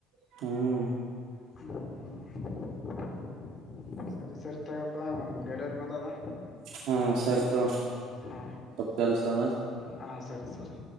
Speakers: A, on the right; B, on the left.
A: ಹ್ಮ್
B: ಹ ಸರಿ ಸರಿ ತಗ ಅಪ್ಪ ಡೇಲಿವರಿ ಬಂದದಾ
A: ಹಾ ಸರಿ ತೊಗೊ
B: ಹಾ
A: ಕೆಲ್ಸಾ ನಾ
B: ಹಾ ಸರಿ ಸರಿ